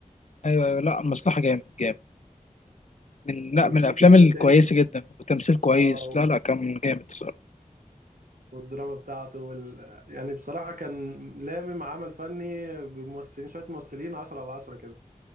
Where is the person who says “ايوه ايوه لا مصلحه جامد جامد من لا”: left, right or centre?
Left